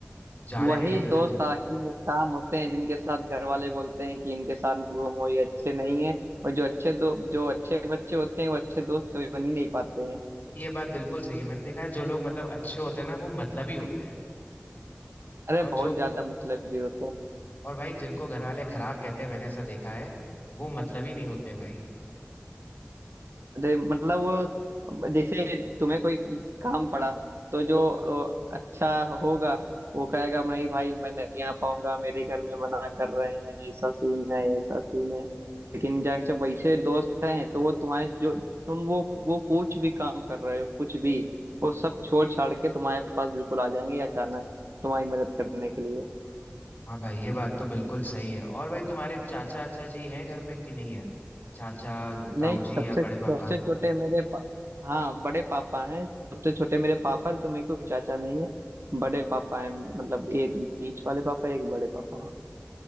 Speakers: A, on the left; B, on the right.
A: जाने
B: वही
A: नहीं देते
B: दोस्त
A: थे मुझे
B: आखिर में काम होते हैं जिनके साथ घर वाले बोलते हैं कि इनके साथ घूमो ये अच्छे नहीं है और जो अच्छे दो जो अच्छे बच्चे होते हैं वो अच्छे दोस्त कभी बन ही नहीं पाते हैं
A: ये बात बिल्कुल सही है मैंने देखा है जो लोग मतलब अच्छे होते हैं ना वो मतलबी होते हैं
B: अरे
A: और जो
B: बहुत ज्यादा मतलब भी होते हैं
A: और भाई जिनको घर वाले खराब कहते हैं मैंने ऐसा देखा है वो मतलब ही नहीं होते हैं भाई
B: अरे मतलब वो जैसे तुम्हें कोई काम पड़ा तो जो अ, अच्छा होगा वो कहेगा नहीं भाई मैं नहीं आ पाऊंगा मेरे घर में मना कर रहे हैं ऐसा सीन है ऐसा सीन है लेकिन जैसे वैसे दोस्त हैं तो वो तुम्हारे जो तुम वो वो कुछ भी काम कर रहे हो कुछ भी वो सब छोड़ छाड़ के तुम्हारे पास बिल्कुल आ जाएंगे अचानक तुम्हारी मदद करने के लिए
A: हाँ भाई ये बात तो बिल्कुल सही है और भाई तुम्हारे चाचा चाचा जी हैं घर में कि नहीं है चाचा ताऊ
B: नहीं
A: जी
B: सबसे
A: या बड़े
B: सबसे
A: पापा
B: छोटे मेरे पा, हाँ बड़े पापा हैं सबसे छोटे मेरे पापा हैं, तो मेरे को चाचा नहीं है बड़े पापा हैं मतलब एक बीच वाले पापा एक बड़े पापा